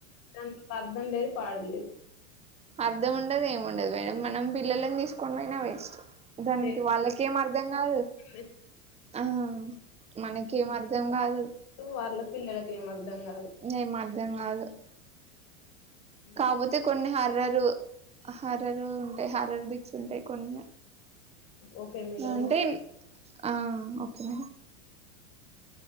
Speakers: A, on the left; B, on the right.
A: దానికోక అర్థం లేదు పాడులేదు
B: అర్ధం ఉండదు ఏముండదు మేడం మనం పిల్లలని తీసుకొని పోయినా వేస్ట్ దానికి
A: లే
B: వాళ్ళకేం అర్ధం కాదు
A: పిల్లలకేమర్థమవుతుందండి.
B: ఆ మనకిేం అర్ధం కాదు
A: పిల్లలు వాళ్ళ పిల్లలకి ఏం అర్ధం కాదు
B: ఏం అర్థం కాదు
A: హ్మ్.
B: కాపోతే కొన్ని హార్ హరారు హారారు ఉంటాయి హారర్ బిచ్ ఉంటాయి కొన్ని
A: ఓకే మేడం
B: అంటే ఆ ఓకే మేడం
A: <inaudible>